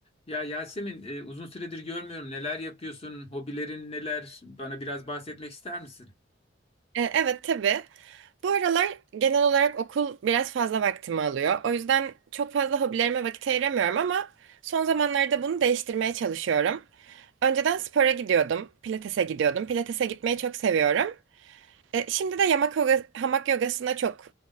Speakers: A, on the left; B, on the right.
A: Ya Yasemin, e, uzun süredir görmüyorum. Neler yapıyorsun? Hobilerin neler? Bana biraz bahsetmek ister misin?
B: E, Evet tabii. Bu aralar genel olarak okul biraz fazla vaktimi alıyor. O yüzden çok fazla hobilerime vakit ayıramıyorum ama son zamanlarda bunu değiştirmeye çalışıyorum. Önceden spora gidiyordum, pilatese gidiyordum. Pilatese gitmeyi çok seviyorum. E, şimdi de yamak yoga, hamak yogasına çok